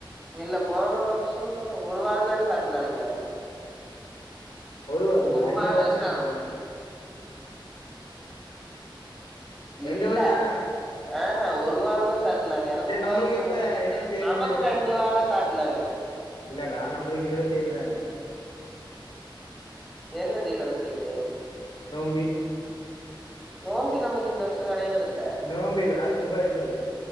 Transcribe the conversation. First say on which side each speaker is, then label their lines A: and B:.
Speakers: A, in the centre; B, on the left.
A: இல்ல போன வர்ஷோ ஒரு வாரோ தான சாட்னானுங்க
B: ஒரு வாரமா
A: கும்பாவேஷம்
B: ரெண்டு வாரோனு நெனைக்கிறே ரெண்டு
A: இல்ல
B: வாரோந்தான
A: ஆஹ ஒரு வாரந்தா சாட் னாங்க ஏன்னா
B: சேரி
A: கும்பாபிஷேகோ
B: நம்மளுக்கு எப்ப
A: முடிஞ்சுட்டு
B: இருவத்தி ஏழு
A: நமக்கு
B: தேதி தான
A: ரெண்டு வாரோ சாட்டுனாங்க
B: இல்லடா நம்பளுக்கு இருவத்தி ஏழு தானே
A: என்னது இருவத்தேழு
B: நோம்பி
A: நோம்பி நமக்கு இந்த வர்ஷோ கெடையாதுல்ல
B: நோம்பி இல்லடா கும்பாபிஷேகோ